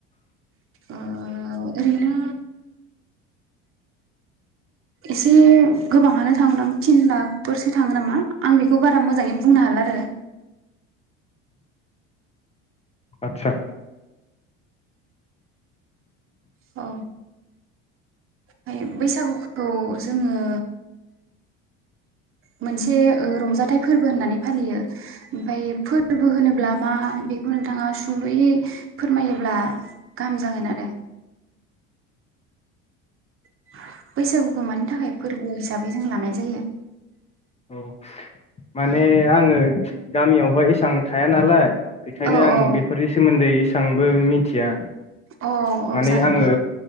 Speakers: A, on the right; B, on the left.
A: ओ ओरैनो एसे गोबाङानो थाङो दां थिन लाखफोरसो थाङो नामा आं बेखौ बारा मोजाङै बुंनो हाला आरो।
B: आतसा।
A: औ। ओमफाय बैसागु खौ जोङो मोनसे ओ रंजाथाइ फोरबो होननानै फालियो ओमफाय फोरबो होनोब्ला मा बेखौ नोंथाङा सुंद'यै फोरमायोब्ला गाहाम जागोन आरो। <inaudible> बैसागुखौ मानि थाखाय फोरबो हिसाबै जों लानाय जायो।
B: औ माने
A: औ
B: आङो गामियावहाय एसेबां थाया नालाय बेखायनो
A: औ
B: आं
A: औ
B: बेफोरनि सोमोन्दै एसे एसांबो मिथिया
A: औ औ
B: माने
A: जागोन
B: आङो
A: दे